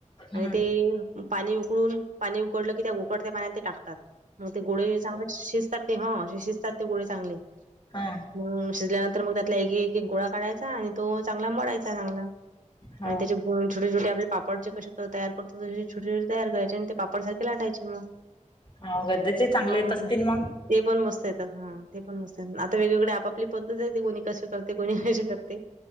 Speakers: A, on the right; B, on the left.
A: आणि
B: हम्म
A: ते पाणी उकळुन, पाणी उकळलं की त्या उकळत्या पाण्यात ते टाकतात. मग ते गोळे चांगले शिजतात ते ह. शिजतात ते गोळे चांगले.
B: हा.
A: मग शिजल्यानंतर. मग त्यातला एक- एक गोळा काढायचा, आणि तो चांगला मळायचं चांगला.
B: हा
A: आणि त्याचे गोळे छोटे -छोटे आपले पापड जे कसे तयार करतो. तसे छोटे छोटे तयार करायचे आणि ते पापडारखे लाटायचे मग.
B: हो. गरजेजे चांगले
A: हा
B: येत असतील मग.
A: ते पण मस्त येतात हा ते. हो असत्यात. आता वेगवेगळे आपापली पद्धत आहे. ते कोणी कसे करते कोणी कशी करते.